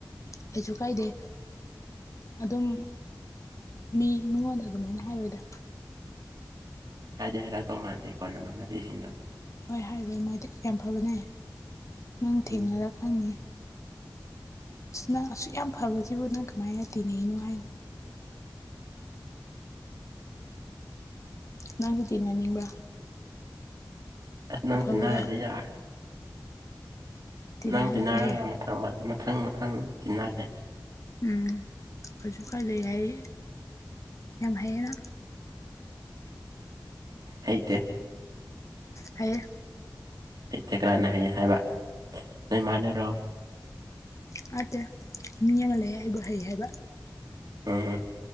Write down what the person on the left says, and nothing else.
ꯀꯁꯨ ꯀꯥꯏꯗꯦ ꯑꯗꯨꯝ ꯃꯤ ꯃꯤꯉꯣꯟꯗ ꯑꯗꯨꯃꯥꯏꯅ ꯍꯥꯏꯔꯣꯏꯗ
ꯍꯣꯏ ꯍꯥꯏꯔ ꯃꯣꯏꯗꯤ ꯌꯥꯝ ꯐꯕꯅꯦ ꯅꯪ ꯊꯦꯡꯅꯔ
ꯈꯪꯅꯤ ꯑ ꯅꯪ ꯑꯁꯨꯛ ꯌꯥꯝ ꯐꯕꯁꯤꯕꯨ ꯅꯪ ꯀꯃꯥꯏꯅ ꯇꯤꯟꯅꯅꯣ ꯍꯥꯏꯅ ꯅꯪꯁꯨ ꯇꯤꯟꯅꯅꯤꯡꯕ꯭ꯔꯥ
ꯑꯐꯕꯗꯣ
ꯇꯤꯟꯅꯍꯟꯕꯤꯒꯦ
ꯎꯝ ꯀꯩꯁꯨ ꯀꯥꯏ ꯂꯩ ꯍꯥꯏ ꯌꯥꯝ ꯍꯩꯌꯦꯅ
ꯍꯥꯏꯌꯦ
ꯅꯠꯇꯦ ꯃꯤ ꯑꯃ ꯂꯩꯌꯦ ꯑꯩꯕꯨ ꯍꯩ ꯍꯥꯏꯕ